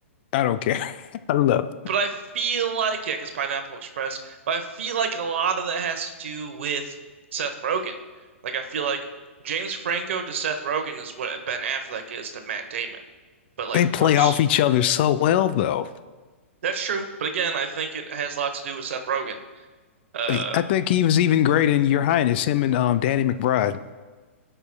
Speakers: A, on the left; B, on the right.
A: I don't care. <laughs> I love.
B: But I feel like, yeah, because Pineapple Express, but I feel like a lot of that has to do with Seth Rogen. Like, I feel like James Franco to Seth Rogen is what Ben Affleck is to Matt Damon, but like
A: They play
B: worse.
A: off each other so well, though.
B: That's true. But again, I think it has a lot to do with Seth Rogen. Uh,
A: I I think he was even great in Your Highness, him and um Danny McBride.